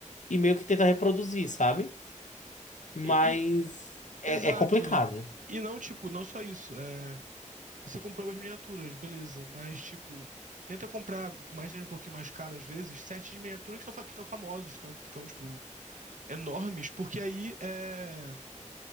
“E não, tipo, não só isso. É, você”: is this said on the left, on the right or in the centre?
Right